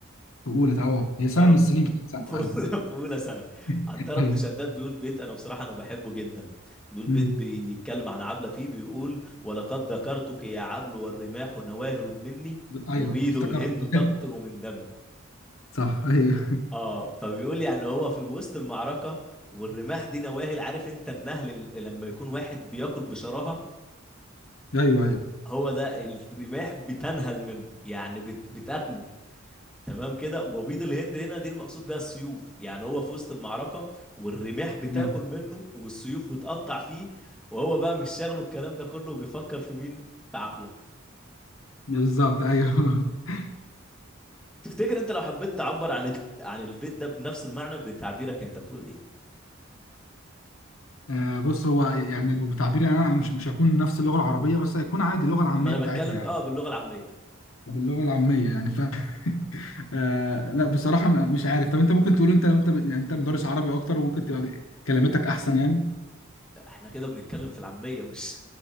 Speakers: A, on the left (about 80°); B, in the centre.
A: في اولى اه هي سنه
B: اه
A: من السنين بتاعت ثانوي
B: في أولى
A: ايوه
B: في أولى ثانوي
A: <laughs>
B: عنترة
A: ايوه
B: بن شداد بيقول بيت أنا بصراحة أنا بحبه جدا بيقول
A: مم.
B: بيت بيتكلم عن عبلة فيه بيقول ولقد ذكرتك يا عبل والرماح نواهل مني
A: ايوه
B: وبيض
A: افتكرت
B: الهند
A: <laughs>
B: تقطر من دمي
A: صح ايوه
B: اه فبيقول يعني هو في الوسط المعركة والرماح دي نواهل عارف انت النهل ال- لما يكون واحد بياكل بشراهة
A: <laughs> ايوه ايوه
B: هو ده الرماح بتنهل منه يعني بت... بتاكله تمام كده وبيض الهند هنا دي المقصود بيها السيوف يعني هو في وسط المعركة والرماح بتاكل
A: تمام.
B: منه والسيوف بتقطع فيه وهو بقى مش شاغله الكلام ده كله وبيفكر في مين في عبلة
A: بالظبط ايوه <laughs>
B: تفتكر انت لو حبيت تعبر عن عن البيت ده بنفس المعنى بتعبيرك انت هتقول ايه
A: آه، بص هو يعني لو بتعبيري انا مش مش هكون نفس اللغه العربيه بس هيكون عادي اللغه العاميه
B: ما انا
A: بتاعتنا
B: بتكلم
A: يعني
B: اه باللغة العامية
A: باللغه العاميه يعني ف <laughs> آه لا بصراحه م- مش عارف طب انت ممكن تقول انت لو انت يعني انت مدرس عربي اكتر وممكن تبقى كلماتك احسن يعني
B: احنا كده بنتكلم في العامية مش